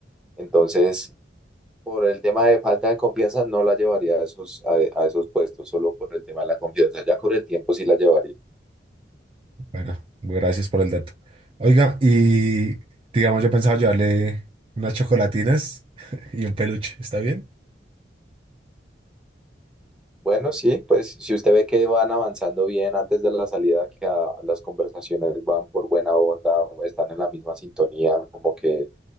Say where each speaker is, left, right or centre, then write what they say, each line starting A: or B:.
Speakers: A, in the centre; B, on the right.
A: Entonces por el tema de falta de confianza no la llevaría a esos, a, a esos puestos, solo por el tema de la confianza. Ya con el tiempo sí la llevaría.
B: Bueno, gracias por el dato. Oiga, y digamos, yo pensaba llevarle unas chocolatinas <laughs> y un peluche, ¿está bien?
A: Bueno, sí, pues si usted ve que van avanzando bien antes de la salida, que a- las conversaciones van por buena onda, están en la misma sintonía, como que,